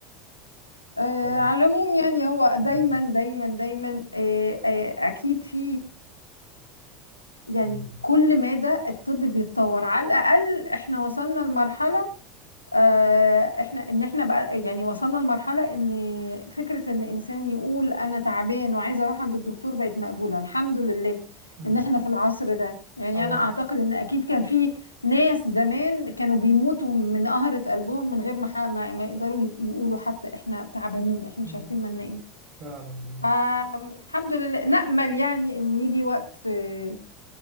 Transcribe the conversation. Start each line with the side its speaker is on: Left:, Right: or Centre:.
Left: آه،
Right: هو
Left: على العموم يعني هو دايما
Right: مم.
Left: دايما دايما آه، آه، اكيد في يعني
Right: مم.
Left: كل مدى الطب بيتطور على الاقل احنا وصلنا لمرحله آه، احنا ان احنا بقى يعني وصلنا لمرحله ان فكره ان انسان يقول انا تعبان وعايز اروح عند الدكتور بقت مقبوله الحمد لله
Right: مم.
Left: ان احنا في العصر ده يعني
Right: اه
Left: انا اعتقد ان اكيد كان في ناس زمان كانوا بيموتوا من قهرة قلبهم من غير ما ح- ما ما يقدروا يقولوا حتى احنا تعبانين احنا
Right: مم.
Left: مش عارفين مالنا ايه
Right: فعلا دي
Left: فالحمد لله نأمل يعني إن يجي وقت آه،